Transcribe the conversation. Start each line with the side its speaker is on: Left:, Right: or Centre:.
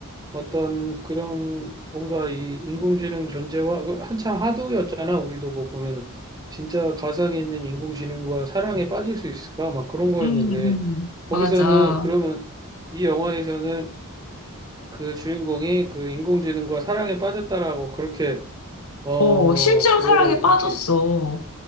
Right: 어떤 그런 뭔가 이 인공지능 존재와 그 한참 하도였잖아. 우리도 뭐 보면은 진짜 가상에 있는 인공지능과 사랑에 빠질 수 있을까? 막 그런 거였는데
Left: 음, 음, 맞아.
Right: 거기서는 그러면 이 영화에서는 그 주인공이 그 인공지능과 사랑에 빠졌다라고 그렇게 어,
Left: 어, 실제로
Right: 그거를
Left: 사랑에 빠졌어.
Right: 이렇게